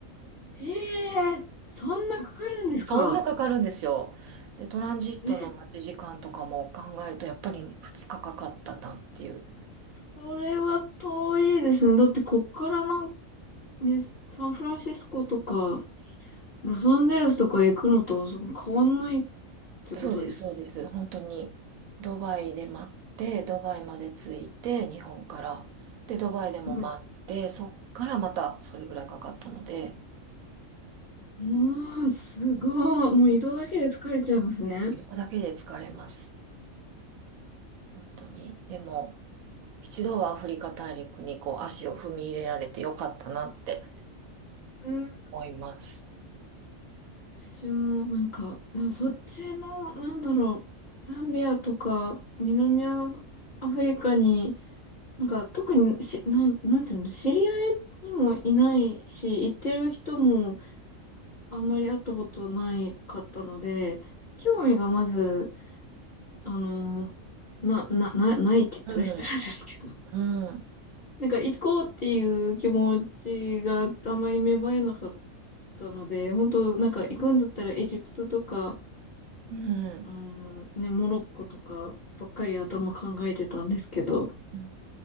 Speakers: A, on the left; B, on the right.
A: ええそんなかかるんですか
B: そんなかかるんですよ。で、トランジットの待ち時間とかも考えると、
A: え
B: やっぱり2日かかかったなっていう。
A: これは遠いですね。だってこっからなんかね、サンフランシスコとか、ロサンゼルスとか行くのとそん変わんないってことです。
B: そうです、そうです。本当に、ドバイで待って、ドバイまで着いて、日本から。で、ドバイでも待って、
A: はい。
B: そっからまたそれぐらいかかったので、
A: うわー、すごい。もう移動だけで疲れちゃいますね。
B: 移動だけで疲れます。本当に。でも、一度はアフリカ大陸にこう足を踏み入れられてよかったなって
A: うん。
B: 思います。
A: 私もなんか、なそっちの、なんだろう、ザンビアとか南アフリカに、なんか特にし、なん、なんていうの、知り合いにもいないし、行ってる人もあんまり会ったことないかったので、興味がまず、あの、な、な、な、ないって言ったら失礼ですけど、
B: うん、
A: <laughs>
B: うん、
A: なんか行こうっていう気持ちがあんまり芽生えなかったので、本当なんか行くんだったらエジプトとか、
B: うん。
A: あの、ね、モロッコとかばっかり頭考えてたんですけど、
B: うん